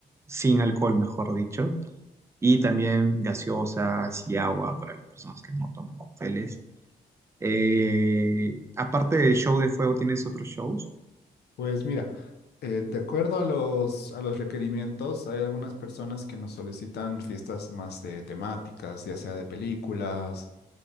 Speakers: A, on the right; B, on the left.
A: sin alcohol, mejor dicho. Y también gaseosas y agua para las personas que no toman cócteles. Eh, aparte del show de fuego, ¿tienes otros shows?
B: Pues mira, eh, de acuerdo a los, a los requerimientos, hay algunas personas que nos solicitan fiestas más de temáticas, ya sea de películas,